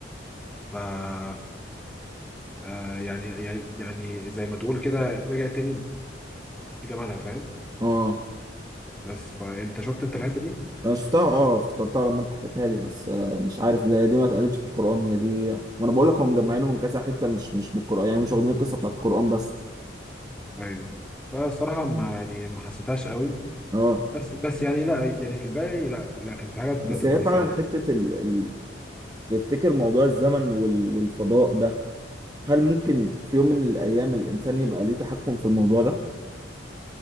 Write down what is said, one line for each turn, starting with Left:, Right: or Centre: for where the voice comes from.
Centre: ف آه يعني يعني يعني زي ما تقول كده رجعت تاني لجمالها فاهم
Right: اه
Centre: بس فانت شفت انت الحته دي؟
Right: انا شفتها اه افتكرتها لما انت حكيتها لي بس آه مش عارف ده دي ما اتقالتش في القرآن هي دي ما انا بقول لك هم مجمعينه من كذا حتة مش مش من القرآن يعني مش واخدين القصة بتاعت القرآن بس
Centre: ايوه فالصراحه ما يعني ما حسيتهاش قوي
Right: اه
Centre: بس بس يعني لا يعني في الباقي لا لا كان في حاجات بجد
Right: بس
Centre: كويسة
Right: هي فعلا
Centre: أوي
Right: حتة ال... ال... تفتكر موضوع الزمن وال... والفضاء ده هل ممكن في يوم من الأيام الإنسان يبقى ليه تحكم في الموضوع ده؟